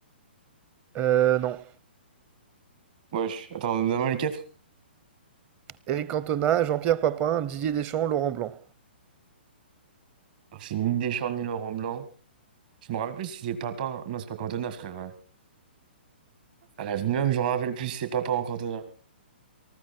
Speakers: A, on the right; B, on the right.
A: Euh, non.
B: Wesh, attends, donne-moi les quatre.
A: Eric Cantona, Jean-Pierre Papin, Didier Deschamps, Laurent Blanc.
B: Alors, C'est ni Deschamps, ni Laurent Blanc. Je me rappelle plus si c'est Papin. Non, c'est pas Cantona, frère. euh. À la l'avenir, je me rappelle plus, si c'est papa en Cantona.